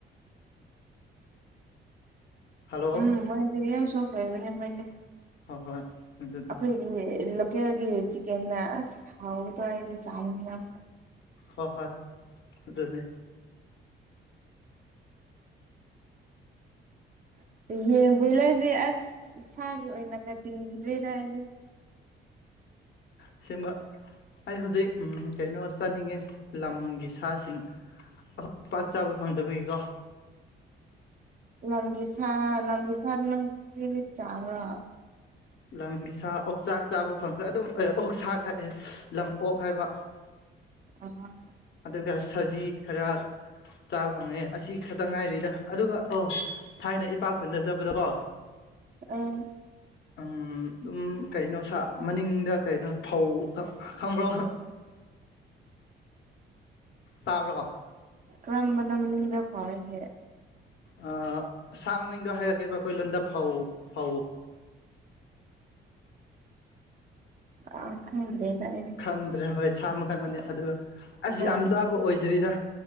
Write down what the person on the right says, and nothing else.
<inaudible>
ꯎꯝ ꯃꯣꯏꯗꯤ ꯌꯥꯝ ꯁꯣꯐ ꯑꯣꯏꯕꯅꯦ ꯃꯣꯏꯗꯤ
ꯑꯈꯣꯏꯒꯤ ꯂꯣꯀꯦꯜꯒꯤ ꯆꯤꯛꯀꯦꯟꯅ ꯑꯁ ꯍꯥꯎꯕꯗꯣ ꯑꯩꯗꯤ ꯆꯥꯅꯤꯡꯉꯦ ꯑꯃꯨꯛꯀ
<inaudible> ꯌꯦꯟ ꯕꯣꯏꯂꯔꯗꯤ ꯑꯁ ꯁꯥꯒꯤ ꯑꯣꯏꯅ ꯀ ꯆꯤꯡꯒꯤꯗ꯭ꯔꯦꯗ ꯑꯩꯗꯤ
ꯂꯝꯒꯤ ꯁꯥ ꯂꯝꯒꯤ ꯁꯥꯗꯤ ꯅꯪ ꯀꯔꯤꯒꯤ ꯆꯥꯕ꯭ꯔꯥ
ꯑꯉꯥꯡ
ꯑꯣ
<inaudible>
ꯀꯔꯝꯕꯅꯣ ꯃꯅꯤꯡꯗ ꯐꯧ ꯍꯥꯏꯗꯤ
ꯑ ꯈꯪꯗ꯭ꯔꯦꯗ ꯑꯩꯗꯤ
ꯎꯝ